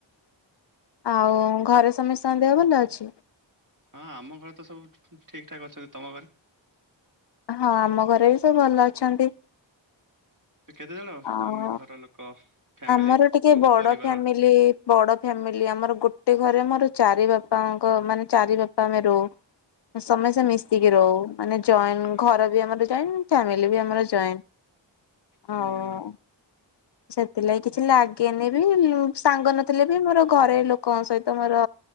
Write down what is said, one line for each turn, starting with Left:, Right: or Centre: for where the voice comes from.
Left: ଆଉ ଘରେ ସମସ୍ତଙ୍କ ଦେହ ଭଲ ଅଛି?
Right: ହଁ ଆମ ଘରେ ତ ସବୁ ଠିକ ଠାକ ଅଛନ୍ତି ତମ ଘରେ?
Left: ହଁ ଆମ ଘରେ ବି ସବୁ ଭଲ ଅଛନ୍ତି।
Right: କେତେ ଜଣ
Left: ଆଉ
Right: ତମ ଘର ଲୋକ? ଫ୍ୟାମିଲି
Left: ଆମର ଟିକେ
Right: ନିଜ
Left: ବଡ଼
Right: ପରିବାର?
Left: ଫ୍ୟାମିଲି ବଡ଼ ଫ୍ୟାମିଲି ଆମର ଗୋଟେ ଘରେ ମୋର ଚାରି ବାପାଙ୍କ ମାନେ ଚାରି ବାପା ଆମେ ରହୁ। ସମସ୍ତେ ମିଶିକି
Right: ଓ
Left: ରହୁ ମାନେ ଜଏଣ୍ଟ
Right: ହୁଁ
Left: ଘର ବି ଆମର ଜଏଣ୍ଟ ଫ୍ୟାମିଲି ବି ଆମର ଜଏଣ୍ଟ୍। ହଁ।
Right: ହୁଁ
Left: ସେଥିଲାଗି କିଛି ଲାଗେନି ବି ସାଙ୍ଗ ନଥିଲେ ବି ମୋର ଘରେ ଲୋ କଣ ସହିତ ମୋର